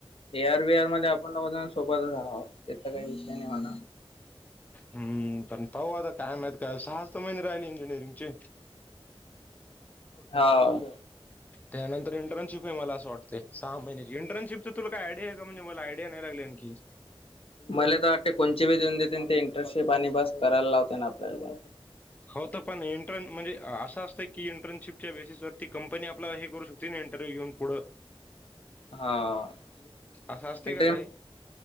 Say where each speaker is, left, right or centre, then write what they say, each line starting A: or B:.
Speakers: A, on the left (about 70°); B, on the left (about 15°).
A: ए आरवीआर मध्ये आपण दोघजणं सोबतच अहो याचा काही विषय नाही होणार.
B: हम्म पण पाहू आता काय माह काय सहज तर महि राहिल इंजिनिअरिंगचे
A: हाव
B: त्यानंतर इंटर्नशिप मला असं वाटते. ते सहा महिने इंटर्नशिपचं तुला काय आयडिया आहे का म्हणजे मला आयडिया नाही लागली आणखी
A: मला तर वाटते कोणते बी देऊन देते ते इंटर्नशिप आणि बस करायला लावते ना आपल्याला
B: हो तर पण इंटर्न म्हणजे असं असतं की इंटर्नशिपच्या बेसिस वरती कंपनी आपला हे करू शकते. तीन इंटरव्ह्यू घेऊन पुढं
A: हा <unintelligible>
B: असं असते का काही